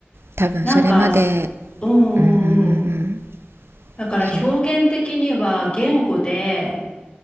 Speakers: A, on the right (about 75°); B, on the left (about 25°).
A: 多分それまで、
B: なんか、すうんうんうん。
A: ううんうんうん、
B: だから表現的には言語で、
A: そう。